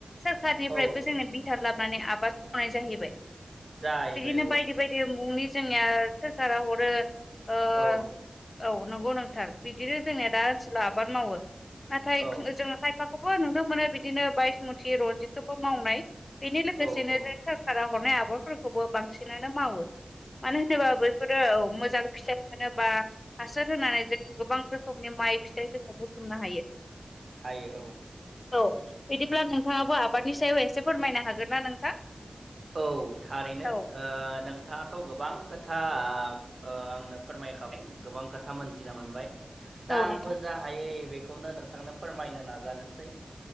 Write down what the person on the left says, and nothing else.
सोरखारनिफ्रायबो
जोंनो बिथार लाबोनानै आबाद मावनाय जाहैबाय
बिदिनो
बायदि बायदि जे मुंनि जोंनिया सोरखारा हरो ओ
औ नंगौ नोंथार बिदिनो जोंनिया दा ओनसोलाव आबाद मावो नाथाय
जोङो खायफा खौबो नुनो मोनो बिदिनो बायस मुत्रि रनजितखौबो मावनाय। बेनि लोगोसेनो
सरखारा हरनाय आबादफोरखौबो बांसिनानो मावो। मानो होनोबा बैफोरो औ मोजां फिथाइ मोनो बा हासार होनानै जों गोबां रोखोमनि माइ फिथाइ जोङो बुथुमनो हायो।
औ बिदिब्ला नोंथाङाबो आबादनि सायाव एसे फोरमायनो हागोन ना नोंथां?
औ
औ
नोंथां